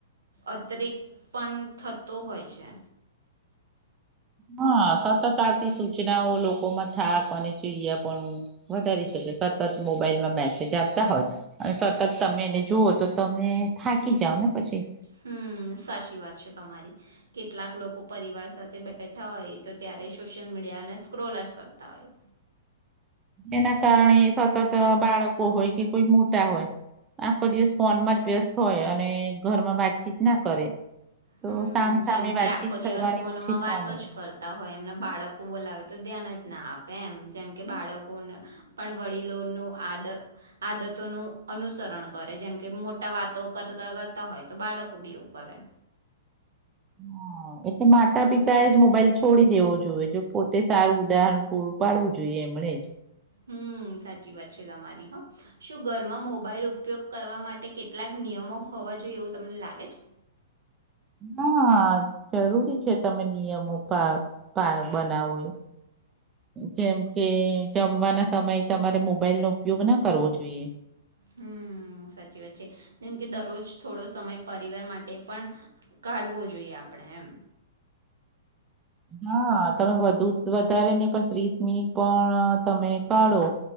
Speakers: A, on the right; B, on the right.
A: અતિરક પણ થતો હોય છે
B: હા સતત આવતી સૂચનાઓ લોકોમાં થાક અને ચીડિયા પણુ વધારી શકે સતત મોબાઈલમાં મેસેજ આપતા હોય અને સતત તમે એને જુઓ તો તમને થાકી જાઓ ને પછી
A: હમ સાચી વાત છે તમારી કેટલાક લોકો પરિવાર સાથે બેઠા હોય તો ત્યારે સોશિયલ મીડિયાને સ્ક્રોલ જ કરતા હોય
B: એના. કારણે સતત બાળકો હોય કે કોઈ મોટા હોય આખો દિવસ ફોનમાં જ વ્યસ્ત હોય અને ઘરમાં વાતચીત ના કરે તો
A: હમ્મ,
B: સામ સામે
A: જેમ કે
B: વાતચીત
A: આખો
B: થવાની
A: દિવસ ફોનમાં
B: ઓછી થવા
A: વાતો
B: મળે
A: જ કરતા હોય એમના બાળકો બોલાવે તો ધ્યાન ના આપે એમ જેમ કે બાળકોને પણ વડીલોનું આદ આદતોનું અનુસરણ કરે જેમકે મોટા વાતો કર કરતા હોય તો બાળકો બી એવું કરે
B: હા એટલે માતાપિતા.. જ મોબાઈલ છોડી દેવો જોઈએ જો પોતે સારું ઉદાહરણ પૂરું પાડવું જોઈએ એમણે જ. <inaudible>
A: હમ્મ સાચી વાત છે તમારી હ. શું ઘરમાં મોબાઈલ ઉપયોગ કરવા માટે કેટલાક નિયમો હોવા જોઈએ એવું તમને લાગે છે?
B: હા, જરૂરી છે તમે નિયમો પા પા બનાવો એ જેમ કે જમવાના સમય તમારે મોબાઈલ નો ઉપયોગ ના કરવો જોઈએ.
A: હમ્મ, સાચી વાત છે. જેમ કે દરરોજ થોડો સમય પરિવાર માટે પણ કાઢવો જોઈએ આપણેે એમ.
B: હા, તમે બધું ત્વ ત્યારે નહી પણ ત્રીસ મિનિટ પણ તમે કાઢો